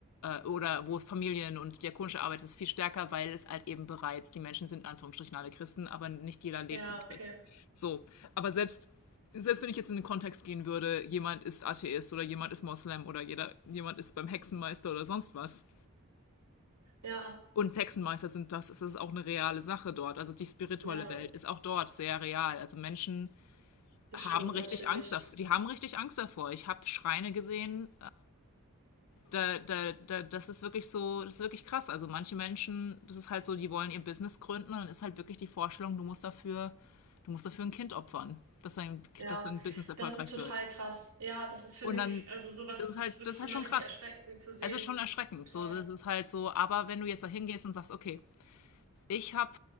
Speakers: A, on the left; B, on the right.
A: oder wo Familien und diakonische Arbeit ist viel stärker, weil es halt eben bereits, die Menschen sind in Anführungsstrichen alle Christen, aber nicht jeder lebt
B: ja,
A: wie Christ.
B: okay.
A: So, aber selbst selbst wenn ich jetzt in den Kontext gehen würde, jemand ist Atheist oder jemand ist Moslem oder jeder, jemand ist beim Hexenmeister oder sonst was.
B: Ja,
A: Und Hexenmeister sind das, es ist auch eine reale Sache dort. Also die spirituelle
B: ja,
A: Welt ist auch dort sehr real. Also Menschen
B: das
A: haben
B: stimmt
A: richtig
B: natürlich.
A: Angst davor. Die haben richtig Angst davor. Ich habe Schreine gesehen, da, da, da, das ist wirklich so, das ist wirklich krass. Also manche Menschen, das ist halt so, die wollen ihr Business gründen und dann ist halt wirklich die Vorstellung, du musst dafür, du musst dafür ein Kind opfern, dass dein,
B: Ja,
A: dass dein Business erfolgreich
B: das ist total
A: wird.
B: krass. Ja, das ist, finde
A: Und dann,
B: ich, also sowas
A: das ist halt,
B: ist wirklich
A: das ist halt
B: immer
A: schon
B: richtig
A: krass.
B: erschreckend zu sehen.
A: Es ist schon erschreckend.
B: Total.
A: So, das ist halt so, aber wenn du jetzt da hingehst und sagst, okay, ich habe